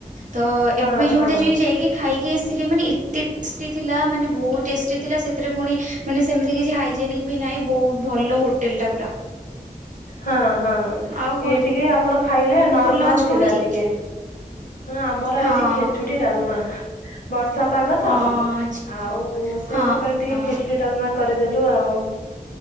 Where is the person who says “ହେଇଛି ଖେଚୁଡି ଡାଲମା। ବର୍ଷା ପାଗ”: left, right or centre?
Left